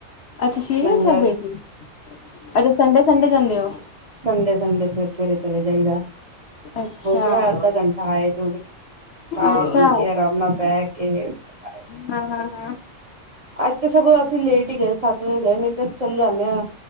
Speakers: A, on the left (about 65°); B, on the right (about 45°).
A: ਅੱਛਾ ਸ਼ਹੀਸ਼ਗੰਜ
B: ਲੰਗਰ
A: ਸਾਹਿਬ ਗਏ ਸੀ, ਅੱਛਾ ਸੰਡੇ- ਸੰਡੇ ਜਾਂਦੇ ਓ।
B: ਸੰਡੇ-ਸੰਡੇ, ਸਵੇਰੇ-ਸਵੇਰੇ ਚਲੇ ਜਾਈਦਾ।
A: ਅੱਛਾ
B: ਹੋ ਗਿਆ ਅੱਧਾ ਘੰਟਾ ਆਏ ਦੋ ਵਜੇ, ਖਾ
A: ਅੱਛਾ
B: ਪੀ ਕੇ ਆਰਾਮ ਨਾਲ ਬਹਿ ਕੇ। ਆਏ।
A: ਹਮ, ਹਾਂ-ਹਾਂ-ਹਾ।
B: ਅੱਜ ਤਾਂ ਸਗੋਂ ਅਸੀਂ ਲੇਟ ਹੀ ਗਏ ਸੱਤ ਵਜੇ ਗਏ। ਨਹੀਂ ਤੇ ਅਸੀਂ ਚਲੇ ਜਾਂਣੇ ਆ